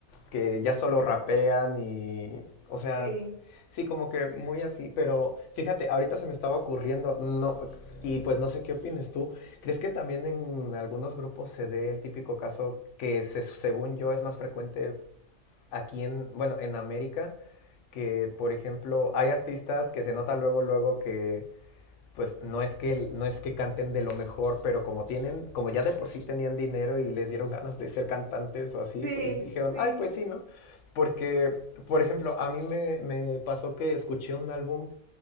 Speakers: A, on the left (about 75°); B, on the right (about 60°).
A: que ya solo rapean y, o sea,
B: Sí,
A: sí, como que muy así, pero fíjate, ahorita se me estaba ocurriendo, no, y pues no sé qué opines tú, ¿crees que también en algunos grupos se dé el típico caso que se- según yo es más frecuente aquí en, bueno, en América? que por ejemplo hay artistas que se nota luego luego que pues no es que no es que canten de lo mejor, pero como tienen, como ya de por sí tenían dinero y les dieron ganas de ser cantantes o así,
B: sí,
A: pues dijeron,
B: sí.
A: ay, pues sí, ¿no? Porque, por ejemplo, a mí me, me pasó que escuché un álbum